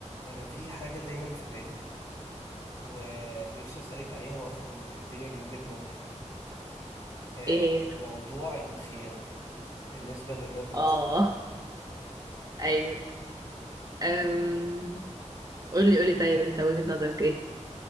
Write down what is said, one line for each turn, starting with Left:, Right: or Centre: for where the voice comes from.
Left: انا في حاجه دايما في بالي ونفسي اسالك عليها وافهم الدنيا من وجهه نظرك آه،
Right: ايه هي؟
Left: موضوع الخيانه بالنسبه للراجل
Right: اه
Left: والست
Right: ايوه أم...
Left: انت
Right: قولي
Left: إنت
Right: قولي
Left: شايفه
Right: طيب انت
Left: ايه
Right: وجهة نظرك ايه